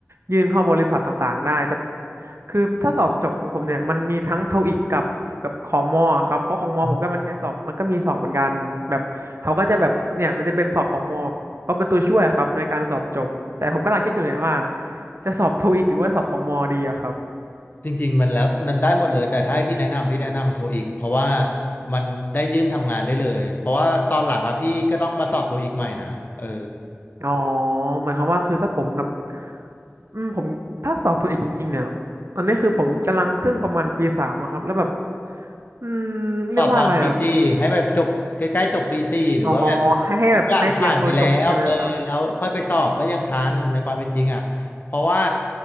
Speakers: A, on the right; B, on the left.
A: ยื่นเข้าบริษัทต่างๆได้แต่คือถ้าสอบจบของผมเนี่ยมันมีทั้งโทอีกกับกับของมอครับเพราะของมอผมก็มันใช้สอบมันก็มีสอบเหมือนกันแบบเขาก็จะแบบเนี่ยมันจะเป็นสอบของมอก็เป็นตัวช่วยครับในการสอบจบแต่ผมกำลังคิดอยู่เนี่ยว่า
B: อ
A: จะสอบโทอีกหรือว่าสอบของมอดีอะครับ
B: จริงๆมันแล้วมันได้หมดเลยแต่ถ้าให้พี่แนะนำพี่แนะนำโทอีกเพราะว่ามันได้ยื่นทำงานได้เลยเพราะว่าตอนหลังอะพี่ก็ต้องมาสอบโทอีกใหม่นะเออ
A: อ๋อหมายความว่าคือถ้าผมแบบอืมผมถ้าสอบตัวอีกจริงๆเนี่ยตอนนี้คือผมกำลังขึ้นประมาณปีสามอะครับแล้วแบบอืมเรียกว่าอะไรอ่ะ
B: ก็ตอนปีสี่ให้แบบจบใกล้ๆจบปีสี่หรือว่าแบบ
A: อ๋อให้ให้แบบให้เตรียมตัวจบใช่ไหมครับ
B: ทุกอย่างผ่านไปแล้วเออแล้วค่อยไปสอบก็ยังทันในความเป็นจริงอ่ะเพราะว่า
A: อืม